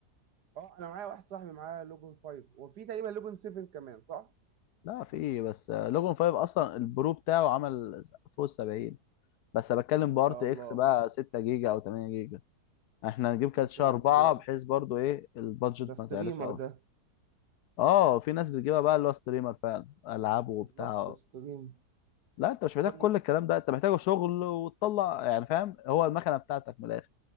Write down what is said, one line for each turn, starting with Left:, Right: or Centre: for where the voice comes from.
Right: اه انا معايا واحد صاحبي معاه لوجن 5 وفي تقريبا لوجن 7 كمان صح
Left: لا في إيه بس لوجون 5 اصلا البرو بتاعه عمل فوق 70 بس أنا بتكلم
Right: ما
Left: بارت
Right: شاء
Left: اكس
Right: الله
Left: بقى 6 جيجا او 8 جيجا احنا هنجيب كاتشة
Right: ما شاء
Left: 4
Right: الله ده
Left: بحيث برضو ايه البادجت
Right: ده
Left: ما
Right: ستريمر
Left: تعلاش قوي
Right: ده
Left: اه في ناس بتجيبها بقى اللي هو ستريمر فعلا العاب وبتاع
Right: بالظبط ده ستريم
Left: لا انت مش محتاج
Right: طيب
Left: كل الكلام ده انت محتاج شغل وتطلع يعني فاهم هو المكنه بتاعتك من الاخر